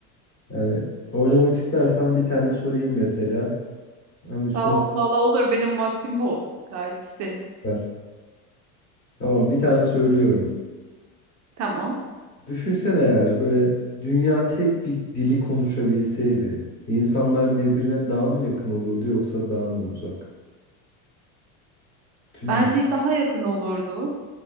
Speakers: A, on the left; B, on the right.
A: Yani oynamak istersen bir tane sorayım mesela. Hem üstüne
B: Va- Valla olur benim vaktim bol. Gayet isterim.
A: ver. Tamam, bir tane söylüyorum.
B: Tamam.
A: Düşünsene eğer böyle dünya tek bir dili konuşabilseydi, insanlar birbirine daha mı yakın olurdu yoksa daha mı uzak? Tüm
B: Bence daha yakın olurdu.